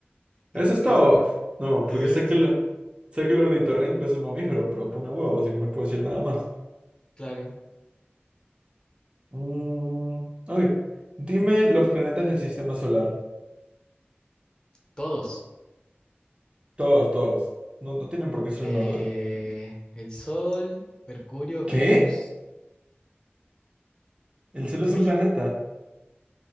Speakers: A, on the right; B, on the left.
A: Eso es
B: Sí,
A: todo. No, porque
B: eso.
A: sé que el, sé que el ornitorrinco es un mamífero, pero pone huevo, así que no puedo decir nada más.
B: Claro,
A: Mm, ok. Dime los planetas del sistema solar.
B: todos.
A: Todos, todos. No, no tienen por qué ser
B: Eh,
A: en orden.
B: el Sol, Mercurio, Venus.
A: ¿Qué? ¿El Sol
B: ¿Qué
A: es
B: me
A: un
B: dijiste?
A: planeta?